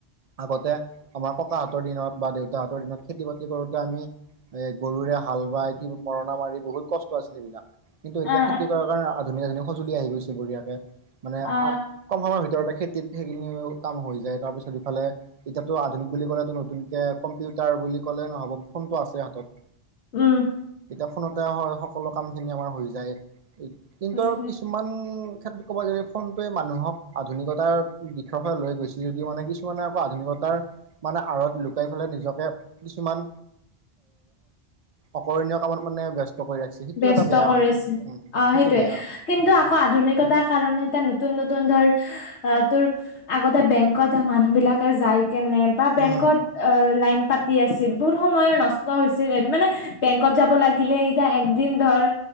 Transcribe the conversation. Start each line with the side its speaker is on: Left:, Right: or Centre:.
Right: আগতে আমাৰ ককাহত হতৰ দিনত বা দেউতাহঁতৰ দিনত খেতি বাতি কৰোতে আমি এ গৰুৰে হাল বাই কিবা মৰণা মাৰি বহুত কষ্ট আছিল এইবিলাক। কিন্তু এতিয়া
Left: অ
Right: খেতি কৰাৰ কাৰণে আধুনিক আধুনিক সজুলি আহি গৈছে বঢ়িয়াকে। মানে
Left: অ অ
Right: কম সময়ৰ ভিতৰতে খেতিত সেইখিনিও কাম হৈ যায় তাৰপিছত ইফালে এতিয়াতো আধুনিক বুলি ক'লে টো নতুনকে কম্পিউটাৰ বুলি ক'লে নহ'ব ফোনটো আছে হাতত।
Left: উম।
Right: এতি ফোনতে হয় সকলো কামখিনি আমাৰ হৈ যায়, কিন্তু আৰু
Left: উম
Right: কিছুমান ক্ষেত্ৰত ক'ব গ'লে ফোনটোৱে মানুহক আধুনিকতাৰ দিশৰ ফালে লৈ গৈছে যদিও মানে কিছুমানে আকৌ আধুনিকতা তাৰ মানে আঁৰত লুকাই পেলাই নিজকে কিছুমান অকৰণীয় কামত মানে ব্যস্ত কৰি ৰাখিছে সেইটো
Left: ব্যস্ত
Right: এটা বেয়া
Left: কৰিছে
Right: কাম উম
Left: অ
Right: সেইটো
Left: সেইটোৱে
Right: বেয়া
Left: কিন্তু আকৌ আধুনিকতাৰ কাৰণে এতিয়া ন নতুন নতুন ধৰ তোৰ আগতে বেংকত মানুহ বিলাকে যায় কেনে বা বেংকত
Right: উম
Left: অ লাইন পাতি আছিল বহুত সময় নষ্ট হৈছিল মানে বেংকত যাব লাগিলে এতিয়া একদিন ধৰ